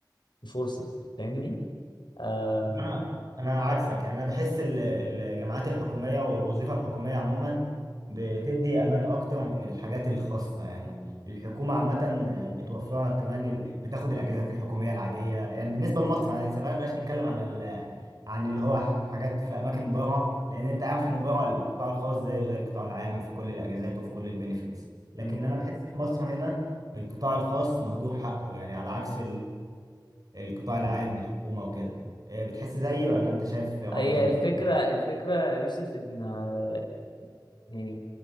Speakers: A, on the left; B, on the right.
A: مش ورثة فاهمني؟ آم،
B: انا انا عكسك يعني انا بحس ال- الجامعات الحكوميه والوظيفه الحكوميه عموما بتدي امان اكتر من الحاجات الخاصه يعني الحكومه عامه بتوفر لك كمان ال... بتاخد الاجازات الحكوميه العاديه يعني بالنسبه لمصر انا سيبها بلاش نتكلم عن ال... عن اللي هو حاجات في اماكن بره لان انت عارف ان بره القطاع الخاص زيه زي القطاع العام في كل الاجازات وفي كل البينيفيتس لكن
A: مم.
B: انا بحس في مصر هنا القطاع الخاص مهدور حقه يعني على عكس القطاع العام الحكومة وكده آه، بتحس زيي ولا انت شايف رأي
A: هي
B: تاني
A: الفكرة
B: في
A: الفكرة يا يوسف إن آه، يعني